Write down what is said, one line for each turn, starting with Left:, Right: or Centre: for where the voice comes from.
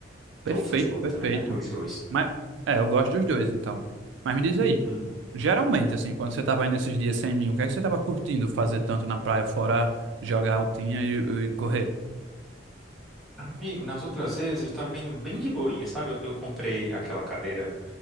Right: Perfeito,
Centre: Ou futebol
Right: perfeito.
Centre: também, né? Os dois.
Right: Mas, é, eu gosto dos dois, então. Mas me diz aí,
Centre: Uhum.
Right: geralmente, assim, quando você tava indo esses dias sem mim, o que é que você tava curtindo fazer tanto na praia, fora jogar altinha e, e correr?
Centre: Amigo, nas outras vezes eu tava indo bem de boinha, sabe? Eu, eu comprei aquela cadeira